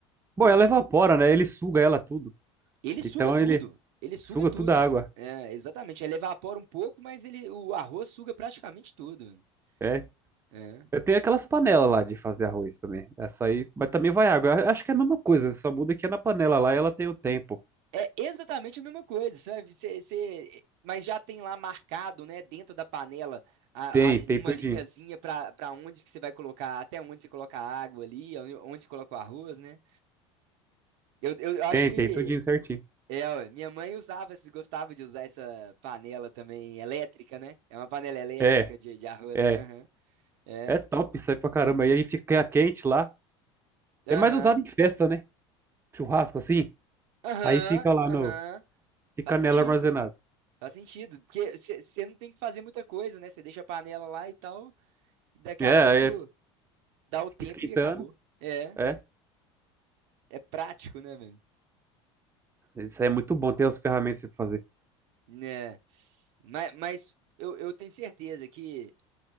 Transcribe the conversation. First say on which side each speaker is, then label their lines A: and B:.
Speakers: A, on the right; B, on the right.
A: Bom,
B: Bum,
A: ela evapora, né? Ele suga ela tudo.
B: Ele suga
A: Então
B: tudo.
A: ele
B: Ele suga
A: suga
B: tudo.
A: toda a água.
B: É, exatamente. Ele evapora um pouco, mas ele, o arroz suga praticamente tudo.
A: É.
B: É.
A: Eu tenho aquelas panelas lá de fazer arroz também. Essa aí, mas também vai água. Eu Acho que é a mesma coisa, né? só muda que é na panela lá e ela tem o tempo.
B: É exatamente a mesma coisa, sabe? Cê- cê- mas já tem lá marcado, né, dentro da panela, a-
A: Tem,
B: a-
A: tem
B: uma
A: tudinho.
B: linhazinha para para onde que você vai colocar, até onde você coloca a água ali, onde onde você coloca o arroz, né? Eu, eu acho
A: Tem,
B: que
A: tem tudinho certinho.
B: é, ué, minha mãe usava, gostava de usar essa panela também elétrica, né? É uma panela elétrica
A: É,
B: de, de arroz.
A: é.
B: Aham. É.
A: É top isso aí pra caramba. E aí fica quente lá.
B: Aham.
A: É mais usado em festa, né? Churrasco assim.
B: Aham,
A: Aí fica lá
B: aham.
A: no. Fica
B: Faz sentido.
A: nela armazenada.
B: Faz sentido. Porque você não tem que fazer muita coisa, né? Você deixa a panela lá e tal. E daqui
A: É,
B: a pouco
A: aí
B: dá o
A: fica
B: tempo
A: esquentando.
B: e acabou. É.
A: É.
B: É prático, né, velho?
A: Isso aí é muito bom ter as ferramentas pra você fazer.
B: Né. Mas, mas eu, eu tenho certeza que